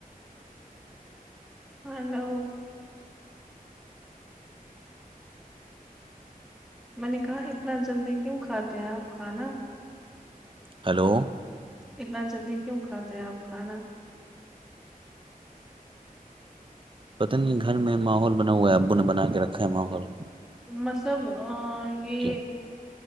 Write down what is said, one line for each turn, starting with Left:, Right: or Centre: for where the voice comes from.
Centre: ہلو میں نے کہا اتنا جلدی کیوں کھاتے ہیں آپ کھانا
Right: ہیلو
Centre: اتنا جلدی کیوں کھاتے ہیں آپ کھانا
Right: پتہ نہیں گھر میں ماحول بنا ہوا ہے ابو نے بنا کے رکھا ہے ماحول
Centre: مطلب یہ
Right: کہ